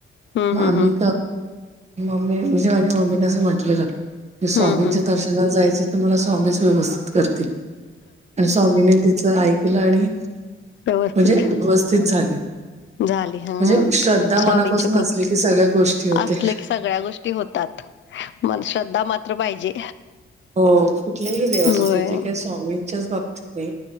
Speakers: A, on the left; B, on the right.
A: हम्म
B: मग
A: हम्म
B: आम्ही
A: हम्म
B: मम्मी म्हणजे माझ्या मम्मीने असं म्हटलं की स्वामींचें
A: हम्म हम्म
B: दर्शन ला जायचं तर मला स्वामीच मदत करतील स्वामींनी तीच ऐक ल आणि
A: व्यवस्थित
B: म्हणजे व्यवस्थित झाली.
A: झाली हा
B: म्हणजे श्रद्धा मनापासून
A: स्वामींच्या कृपेत
B: असली की सगळ्या गोष्टी होते.
A: असलं की सगळ्या गोष्टी होतात मण श्रद्धा मात्र पाहिजे.
B: हो कुठलेही देव असुदे
A: होय
B: तेे काय स्वामींच्याच बाबतीत नाही